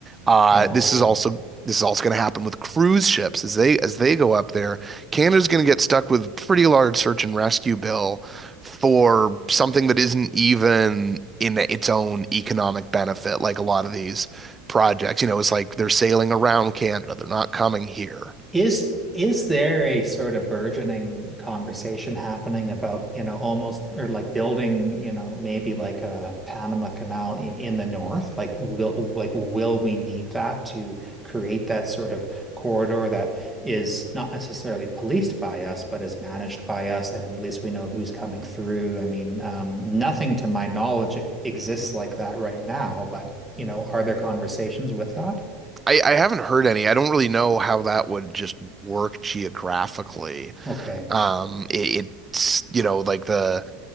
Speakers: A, on the right (about 20°); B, in the centre.
A: Uh,
B: Oh.
A: this is also this is also going to happen with cruise ships as they as they go up there. Canada's going to get stuck with a pretty large search and rescue bill for something that isn't even in its own economic benefit, like a lot of these projects. You know, it's like they're sailing around Canada; they're not coming here.
B: Is is there a sort of burgeoning conversation happening about, you know, almost or like building, you know, maybe like a Panama Canal i- in the north? Like will like will we need that to create that sort of corridor that is not necessarily policed by us, but is managed by us, and at least we know who's coming through. I mean, um, nothing to my knowledge exists like that right now, but you know, are there conversations with that?
A: I, I haven't heard any. I don't really know how that would just work geographically.
B: Okay.
A: Um, it, it's you know like the